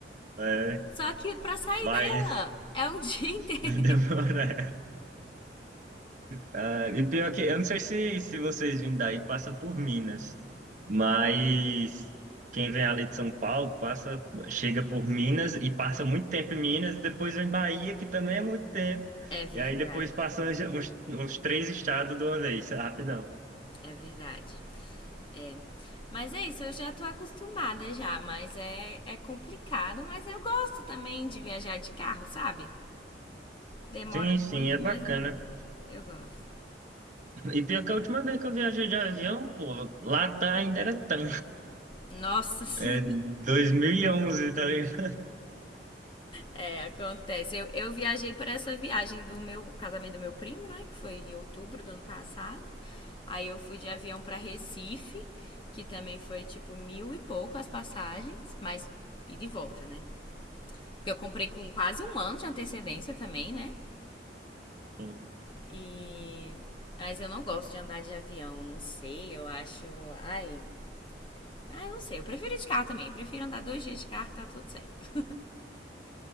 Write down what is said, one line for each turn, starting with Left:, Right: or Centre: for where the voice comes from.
Right: É,
Left: Só que pra sair
Right: Bahia.
Left: dela é um <laughs> dia inteiro.
Right: <laughs> Demora. Ah, e pior que, eu não sei se, se vocês vindo daí, passa por Minas, mas quem vem ali de São Paulo passa, chega por Minas e passa muito tempo em Minas, e depois vem Bahia, que também é muito tempo,
Left: É verdade,
Right: e aí depois passa uns, uns, uns três estados de uma vez, rapidão.
Left: é verdade. É. Mas é isso, eu já tô acostumada já, mas é, é complicado, mas eu gosto também de viajar de carro, sabe? Demora
Right: Sim,
Left: muito,
Right: sim, é bacana.
Left: mas eu, eu gosto.
Right: E pior que a última vez que eu viajei de avião, pô, lá tá ainda era tão.
Left: Nossa, <laughs> sim.
Right: É 2011, tá ligado?
Left: É, acontece. Eu, eu viajei para essa viagem do meu casamento do meu primo, né? Que foi em outubro do ano passado. Aí eu fui de avião para Recife, que também foi tipo mil e pouco as passagens, mas e de volta, né? Porque eu comprei com quase um ano de antecedência também, né?
Right: Uhum,
Left: E. Mas eu não gosto de andar de avião, não sei, eu acho. Ai. Ai, não sei. Eu prefiro de carro também. Eu prefiro andar dois dias de carro, tá tudo certo.